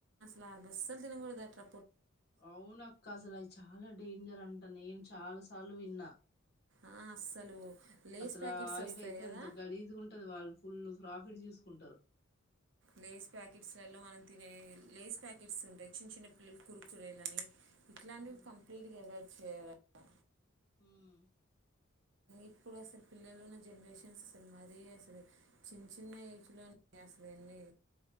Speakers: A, on the right; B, on the left.
A: లాగస్సల్ తినగుడదట్ల
B: అవున అక్క అసలు అయి చాలా డేంజర్ అంటే అ నేను చాలా సార్లు విన్నా
A: ఆ అస్సలు లేస్
B: అసలు
A: ప్యాకెట్స్
B: ఆ ఆయిల్
A: వస్తాయి
B: అయితే
A: కదా
B: గాలిస్గున్టది వాళ్ళు ఫుల్ ప్రాఫిట్ చూసుకుంటరు
A: లేస్ ప్యాకెట్స్లలో మనం తినే లేస్ ప్యాకెట్స్ ఉంటాయి చిన్న చిన్న పిల్లలు కురుకుచురేలని ఇట్లాంటివి
B: ఉమ్
A: కంప్లీట్ గ అవా చేయరట్నా
B: ఉమ్
A: ఇప్పుడు అసలు పిల్లలు ఉన్న జనరేషన్స్ అసలు మరీ అసలు చిన్న చిన్న ఏజ్లోనే అసలు ఎన్ని